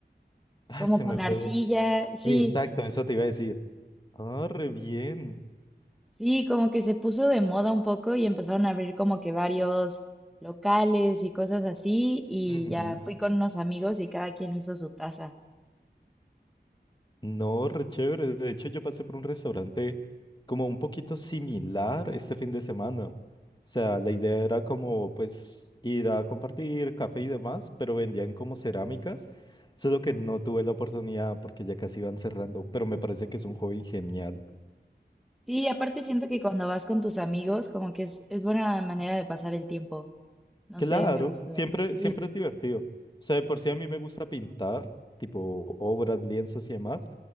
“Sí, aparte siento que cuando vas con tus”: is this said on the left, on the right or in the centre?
Centre